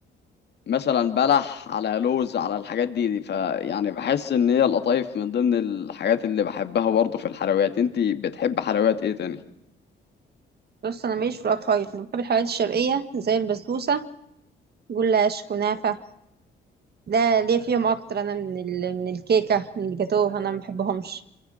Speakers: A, on the left (about 60°); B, on the right (about 55°).
A: مثلا بلح على لوز على الحاجات دي دي فيعني بحس ان هي القطايف من ضمن الحاجات اللي بحبها برضه في الحلويات انتي بتحب حلويات ايه تاني
B: بص انا ماليش في القطايف انا بحب الحلويات الشرقيه زي البسبوسه جلاش كنافه ده ليا فيهم اكتر انا من ال... من الكيكه من الجاتوه انا ما بحبهمش